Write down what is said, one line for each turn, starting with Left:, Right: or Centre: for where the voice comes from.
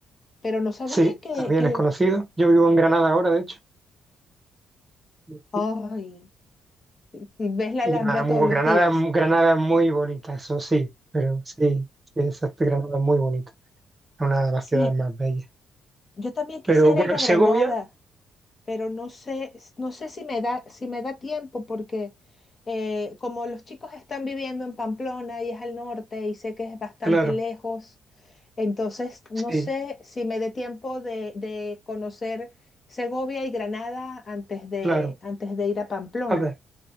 Left: pero no sabía
Right: Sí,
Left: que,
Right: también
Left: que,
Right: es conocido. Yo vivo en Granada ahora, de hecho. Sí,
Left: ¡Ay! y- y ves la
Right: Y
Left: Alhambra
Right: Granada, muy,
Left: todos los
Right: Granada,
Left: días.
Right: Granada es muy bonita, eso sí, pero sí, sí, exacto, Granada es muy bonita, es una de las
Left: Sí,
Right: ciudades más bellas.
Left: yo también quisiera
Right: Pero bueno,
Left: ir a
Right: Segovia,
Left: Granada, pero no sé, no sé si me da, si me da tiempo porque eh, como los chicos están viviendo en Pamplona y es al norte y sé que es bastante
Right: claro,
Left: lejos, entonces no
Right: sí,
Left: sé si me dé tiempo de, de conocer Segovia y Granada antes de,
Right: claro.
Left: antes de ir a Pamplona.
Right: A ver,